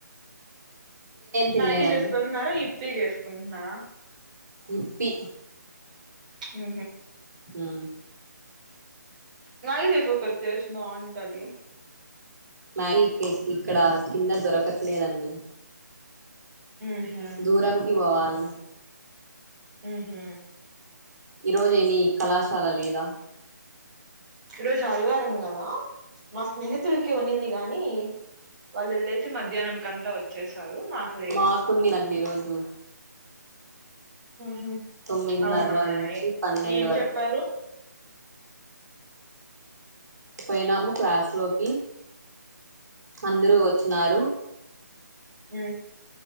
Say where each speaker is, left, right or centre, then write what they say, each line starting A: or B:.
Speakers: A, on the right; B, on the right.
A: తినలేదండి
B: మ్యాగీ చేసుకుంటున్నారా ఇప్పీ చేసుకుంటున్నారా
A: ఇప్పి
B: ఉ
A: హు
B: మ్యాగీ చేసుకో అక్క టేస్ట్ బాంటది
A: మ్యాగీ కేక్ ఇక్కడ కింద దొరకట్లేదండి
B: ఉహు
A: దూరంకి బోవాలి
B: ఉహు
A: ఈరోజు ఏమి కళాశాల లేదా
B: ఈ రోజు ఆదివారం గదా మా స్నేహితులు కొంది కానీ వాళ్ళు వెళ్ళేసి మధ్యాహ్నం కంతా వచ్చేస్ రు మాకులేదు
A: మాకున్నదండి ఈరోజు
B: హ
A: తొమ్మిదిన్నర
B: అవునా
A: నుంచి పన్నెండు
B: ఏం
A: వరకు
B: చెప్పారు
A: పోయినాము క్లాస్ లోకి అందరూ వచ్చినారు
B: ఉ